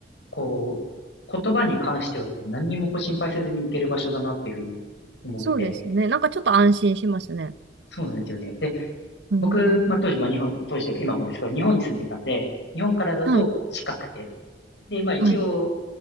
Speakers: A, on the left (about 85°); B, on the right (about 85°).
A: こう、言葉に関してはこう何にもこう心配せずに行ける場所だなっていうふうに思って、
B: そうですね。なんかちょっと安心しますね。
A: そうなんですよね。で、
B: うん。
A: 僕、まあ、当時、まあ、日本、当時というか今もですけど、日本に住んでいたんで、日本からだと近くて、
B: はい。
A: で、まあ一応、
B: はい。